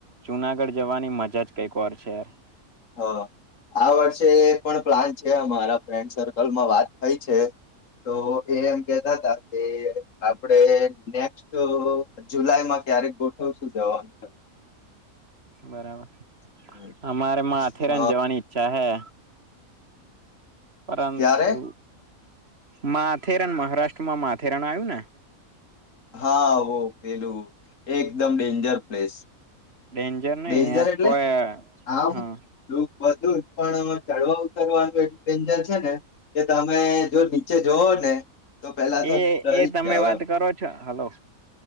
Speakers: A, on the right; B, on the left.
A: જુનાગઢ જવાની મજા જ કઈકર છે. <inaudible>
B: હ આ વર્ષે એ પણ પ્લાન છે અમારા ફ્રેન્ડ સર્કલ માં વાત થઈ છે. તો એ એમ કેતા હતા. કે આપડે નેક્સ્ટ જુલાઈમાં ક્યારેક ગોઠવશું જવાનું
A: બરાબર
B: એમ
A: અમારે મામાં આથેરાન
B: હ
A: જવાની ઈચ્છા હૈ પરંતુ
B: ક્યારે
A: એ માથેરાન મહારાષ્ટ્રમાં માથેરાન આવ્યું ને
B: હા ઓ પેલું એકદમ ડેન્જર પ્લેસ
A: ડેન્જર નહી
B: ડેન્જર
A: એ
B: એટલે
A: કોય.
B: આમ
A: હા.
B: ડૂબ બધું જ પણ ચડવા ઉતરવાનું એટલું ડેન્જર છે ને કે તમે જો નીચે જાવ ને તો પેલા તો
A: એ
B: ડરી
A: એ
B: જ
A: તમે
B: જાવ
A: વાત
B: એમ
A: કરો છો. હાલો.